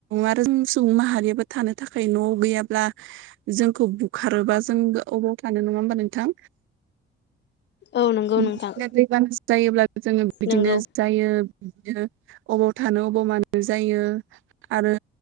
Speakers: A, on the right (about 80°); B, on the left (about 60°).
A: आरो सुबुं माहारियाबो थानो थाखाय न' गैयाब्ला जोंखौ बुखारोबा जों अबाव थानो नङा होमबा नोंथां
B: औ नंगौ
A: बिदिनो
B: नोंथां
A: दैबाना जायोब्ला जोङो बिदिनो
B: नंगौ
A: जायो बिदिनो अबाव थानो अबाव मानो जायो आरो